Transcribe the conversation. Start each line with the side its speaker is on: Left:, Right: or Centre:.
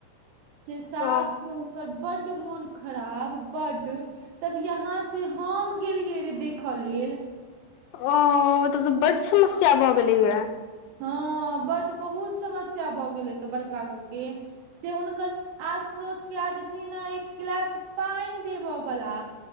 Right: से साउस
Left: ओ
Right: के हुनकर बड्ड मोन खराब बड्ड तब यहाँ से हम गेलियै रे देखऽ लेल
Left: ओ तब तऽ बड्ड समस्या भऽ गेलैये
Right: हँ बड्ड बहुत समस्या भऽ गेलै तऽ बड़का गो के से हुनकर आस पड़ोस के आदमी ने एक गिलास पानि देब बला